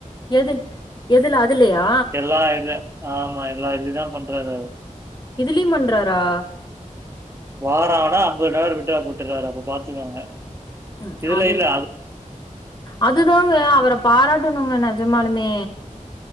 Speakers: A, on the left; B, on the right.
A: எது எதுலா அதுலயா
B: எல்லா இது ஆமா எல்லா அப்படிதான் பண்றாரு அவரு
A: இதிலேயும் பண்றாரா
B: வாரம் ஆனா ஐம்பது நார் விட்றா கொடுத்துடுறாரு அப்ப பாத்துக்கோங்க
A: உம்
B: இதுல
A: அதுல
B: இல்ல,
A: அதுதாங்க அவரை பாராட்டு போணுங்க நஜமாலுமே